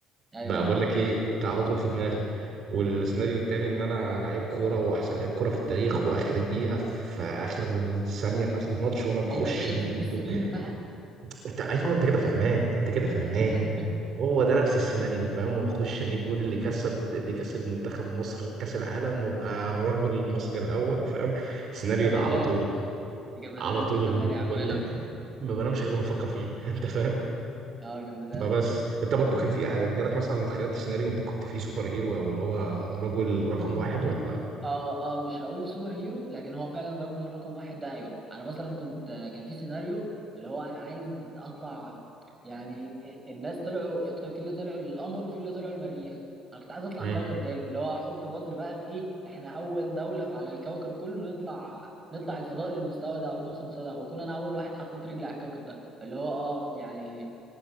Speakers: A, on the right (about 20°); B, on the right (about 55°).
A: ايوه
B: بقى بقول لك ايه ده على طول في دماغي والسيناريو التاني ان انا لعيب كوره واحسن لعيب كوره في التاريخ واخر الدقيقه في اخر ثانيه في اخر الماتش وانا بخش
A: ايوه يا باشا
B: أجيب-
A: في التسعين بقى
B: <clears throat> انت ايوه انت كده فاهمان انت كده فاهمان
A: ايوه <laughs>
B: هو ده نفس السيناريو فاهم واخش اجيب جول اللي كسب اللي كسب منتخب مصر كاس العالم وابقى الرجل المصري الاول فاهم السيناريو
A: جمدان
B: ده على طول
A: جمدان
B: على طول
A: جمدان يا
B: بقول
A: عمنا
B: لك ما بنامش غير لما افكر فيه <laughs> انت فاهم
A: اه جمدان
B: فبس انت برضو كان في ع- جالك مثلا تخيلت سيناريو انت كنت فيه سوبر هيرو او اللي هو رجل رقم
A: م-
B: واحد
A: م-
B: ولا
A: اه اه مش هقول سوبر هيرو لكن هو فعلا رجل رقم واحد ده ايوه انا مثلا كنت آه، كان في سيناريو اللي هو انا عايز اطلع يعني آه، الناس طلعوا في في اللي طلعوا للقمر وفي اللي طلعوا المريخ انا كنت عايز اطلع
B: مم.
A: كوكب تالت اللي هو احط مصر بقى في ايه احنا اول دولة على الكوكب كله نطلع نطلع الفضاء للمستوى ده او نوصل للمستوى ده واكون انا اول واحد حطيت رجلي على الكوكب ده فاللي هو اه يعني